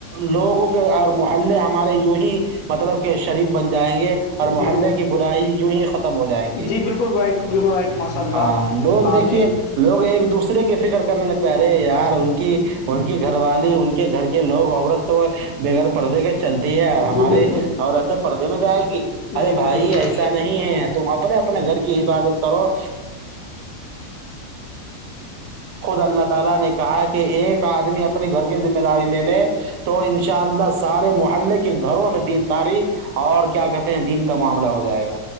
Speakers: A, on the right; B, on the left.
A: لوگوں کے آ محلے ہمارے یوہی مطلب کہ شریف بن جائیں گے اور محلے
B: بالکل
A: کی برائی یوں ہی ختم ہو جائیں گی
B: جی بالکل رائٹ بالکل رائٹ ماشاء اللہ
A: ہاں لوگ دیکھیے
B: آمین
A: لوگ ایک دوسرے کی فکر کرنے لگتا ہے یار ان کی ان کی کے گھر والے ان کے گھر کے لوگ عورت تو بغیر پردے کے ہمارا
B: جی بالکل
A: پردے میں چلے گی ارے
B: جی بالکل
A: بھائی
B: بالکل
A: تم اپنے محلے کی حفاظت کرو اللہ تعالی نے کہا ہے اپنی گھر کے <inaudible> داری لے تو ان شاء اللہ سارے محلے کے گھروں میں دینداری اور کیا کہتے ہیں دین کا معاملہ ہو جائے گا